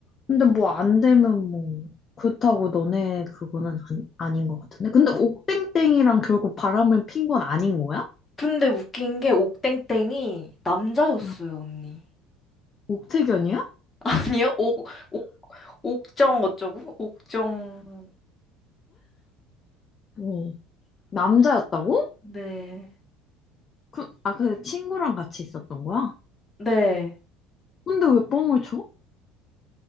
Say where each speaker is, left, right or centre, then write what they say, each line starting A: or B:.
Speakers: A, on the left (about 35°); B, on the left (about 20°).
A: 근데 뭐 안 되면 뭐, 그렇다고 너네 그거는 아, 닌것 같은데? 근데 옥땡땡이랑 결국 바람을 핀 건 아닌 거야?
B: 근데 웃긴 게 옥땡땡이 남자였어요,
A: 응.
B: 언니.
A: 옥태견이야?
B: <laughs> 아니요? 옥, 옥, 옥정 어쩌고? 옥정.
A: 어. 남자였다고?
B: 네.
A: 그, 아, 그 친구랑 같이 있었던 거야?
B: 네.
A: 근데 왜 뻥을 쳐?